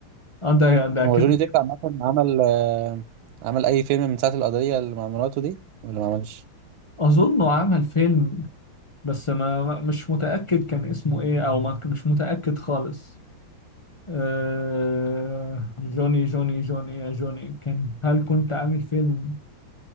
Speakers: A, on the left; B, on the right.
A: اه ده ده
B: هو
A: كده
B: جوني ديب
A: كده
B: عامه عمل آه، عمل اي فيلم من ساعه القضيه اللي مع مراته دي ولا ما عملش
A: اظنه عمل فيلم بس ما ما- مش متاكد كان اسمه ايه او ما مش متاكد خالص آه جوني جوني جوني يا جوني كان هل كنت عامل فيلم